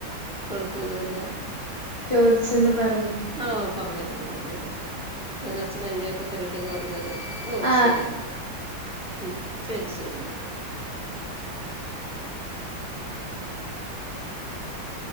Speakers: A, in the centre; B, on the left (about 40°).
A: കൊഴപ്പൊന്നുല്ല
B: ചോദിച്ചന്ന് പറ
A: ഓഹ് പറഞ്ഞേക്കാം പറഞ്ഞേക്കാം എന്നാ അച്ഛനേം അമ്മേയൊക്കെ തിരക്കിന്ന് പറഞ്ഞേരെ ഓഹ്
B: ആ
A: ശരി ഓക്കെ ഉം ശരി ശരി ഓക്കെ <inaudible>